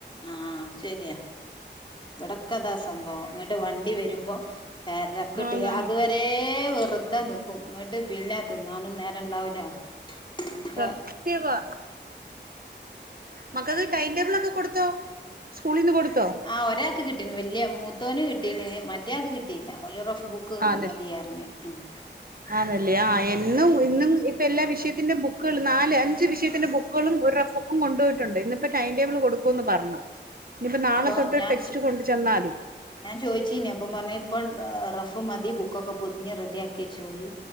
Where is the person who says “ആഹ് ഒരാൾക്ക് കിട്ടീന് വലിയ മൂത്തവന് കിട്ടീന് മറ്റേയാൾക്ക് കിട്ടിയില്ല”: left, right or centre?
Left